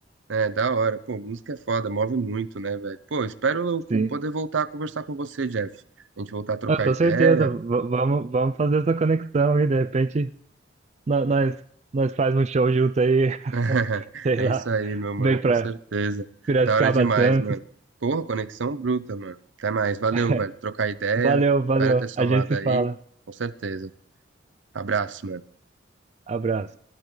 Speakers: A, on the right; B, on the right.
A: É, da hora. Pô, música é foda, move muito, né, velho? Pô, espero eu
B: sim.
A: poder voltar a conversar com você, Jeff. A gente voltar a trocar
B: Ah, com
A: ideia.
B: certeza, v- vamos, vamos fazer essa conexão e, de repente, no- nós, nós faz um show junto aí, <laughs>
A: <laughs>
B: sei
A: É
B: lá,
A: isso aí, meu mano,
B: vem pra
A: com certeza.
B: Piracicaba,
A: Da hora demais,
B: Santos.
A: mano. Porra, conexão bruta, mano. Até mais. Valeu,
B: <laughs>
A: velho. Trocar ideia.
B: Valeu, valeu,
A: Espero ter somado
B: a gente se
A: aí.
B: fala.
A: Com certeza. Abraço, mano.
B: Abraço.